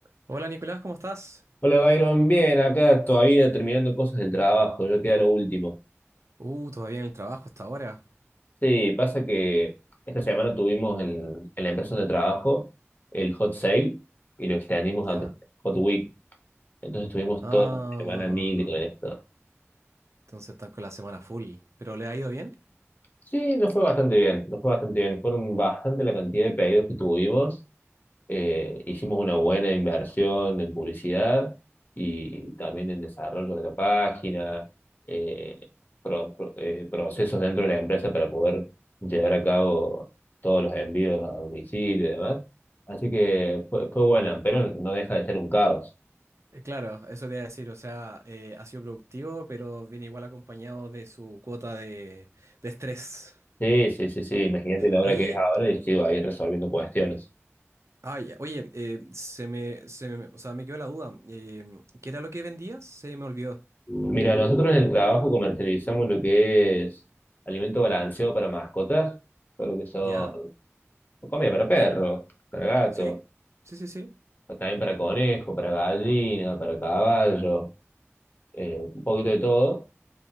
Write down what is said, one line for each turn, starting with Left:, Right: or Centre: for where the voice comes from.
Right: Hola Nicolás, ¿cómo estás?
Left: Hola Byron, bien, acá todavía terminando cosas del trabajo, yo queda lo último.
Right: Uh, todavía en el trabajo hasta ahora,
Left: Sí, pasa que esta semana tuvimos en, en la empresa donde trabajo el Hot Sale y lo extendimos
Right: ¿ya?
Left: a Hot Week. Entonces estuvimos
Right: Ah,
Left: toda la semana mil con esto.
Right: entonces están con la semana full. ¿Pero le ha ido bien?
Left: Sí, nos fue bastante bien, nos fue bastante bien. Fueron bastante la cantidad de pedidos que tuvimos eh, hicimos una buena inversión en publicidad y también en desarrollo de la página, eh, pro- pro- eh, procesos dentro de la empresa para poder llevar a cabo todos los envíos a domicilio y demás. Así que fue, fue buena, pero no deja de ser un caos.
Right: Eh, claro, eso te iba a decir, o sea, eh, ha sido productivo, pero viene igual acompañado de su cuota de, de estrés.
Left: Sí, sí, sí, sí, imagínate la hora
Right: Oye,
Left: que es ahora y sigo ahí resolviendo cuestiones.
Right: ay, oye, eh, se me, se me- o sea, me quedó la duda. eh, ¿qué era lo que vendías? Se me olvidó.
Left: Mira, nosotros en el trabajo comercializamos lo que es alimento balanceado para mascotas, todo lo que son
Right: ¿Ya?
Left: Comida para perro, para gato,
Right: Sí, sí, sí, sí.
Left: también para conejo, para gallina, para caballo, eh, un poquito de todo.